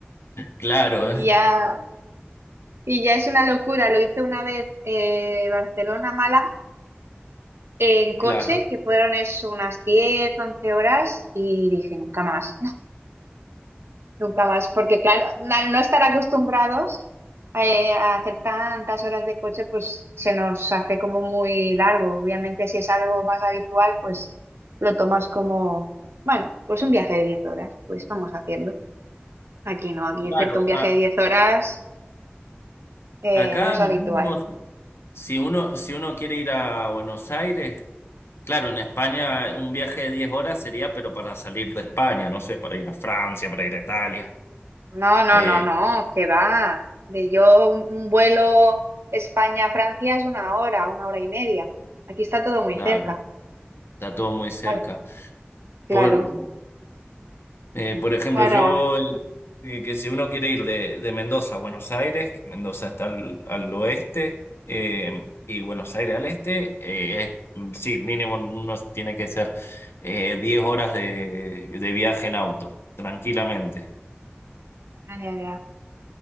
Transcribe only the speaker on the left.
Claro,
<laughs> claro.
Claro,
a-
Acá
mínimo,
si uno, si uno quiere ir a Buenos Aires, claro, en España un viaje de 10 horas sería, pero para salir de España, no sé, para ir a Francia, para
ir a Italia.
Eh,
claro,
está todo muy cerca.
Por, Eh, por ejemplo,
yo, eh, que si uno quiere ir de, de Mendoza a Buenos Aires, Mendoza está al, al oeste eh, y Buenos Aires al este, eh, es- mm, sí, mínimo uno tiene que ser eh, 10 horas de, de viaje en auto, tranquilamente.